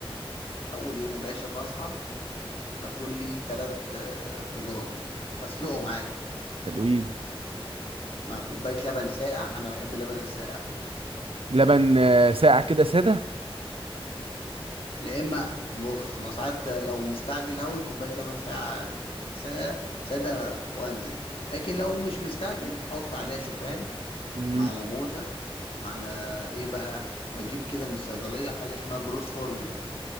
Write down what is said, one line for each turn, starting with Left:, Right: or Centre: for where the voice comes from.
Left: اول يوم يا باشا بصحى باكل لي ثلاث بيضات اسلقهم عادي
Right: حلوين
Left: مع كوبايه لبن ساقع انا بحب اللبن الساقع
Right: لبن آه، ساقع كده ساده
Left: لا اما بص ما ساعات لو مستعجل قوي كوبايه لبن ساعه ساعه ساده وانزل لكن لو مش مستعجل احط عليها شوفان
Right: امم
Left: مع لموزه على ايه بقى بجيب كده من الصيدليه حاجه اسمها جروس فورمولا